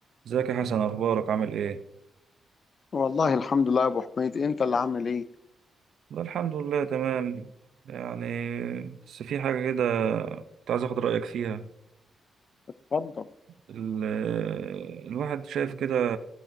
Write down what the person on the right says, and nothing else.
ازيك يا حسن اخبارك عامل ايه
والله الحمد لله تمام يعني بس في حاجه كده كنت عايز اخد رايك فيها
ال- الواحد شايف كده